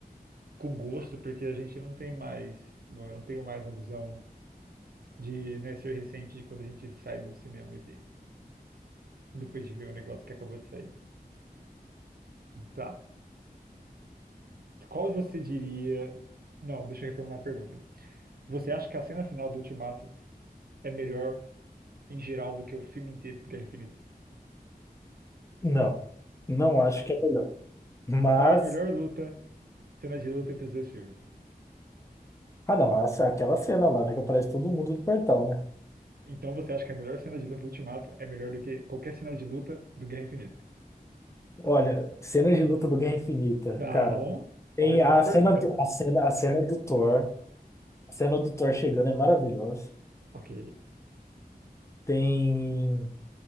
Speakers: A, on the right (about 70°); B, on the left (about 20°).
A: com gosto, porque a gente não tem mais. Bom, eu não tenho mais a visão de, né, ser recente de quando a gente sai do cinema e vê. Depois de ver o negócio que acabou de sair. Tá. Qual você diria. Não, deixa eu reformular a pergunta. Você acha que a cena final do Ultimato é melhor em geral do que o filme inteiro de Guerra Infinita?
B: Não, não acho que é melhor. Mas,
A: Qual é a melhor luta, cena de luta entre os dois filmes?
B: ah não, essa- aquela cena lá, né, que aparece todo mundo do portal, né?
A: Então você acha que a melhor cena de luta do Ultimato é melhor do que qualquer cena de luta do Guerra Infinita?
B: Olha, cena de luta do Guerra Infinita,
A: Não.
B: cara. Tem
A: Ó, responde
B: a
A: a pergunta.
B: cena do, a cena, a cena do Thor, a cena do Thor chegando é maravilhosa.
A: Ok.
B: Tem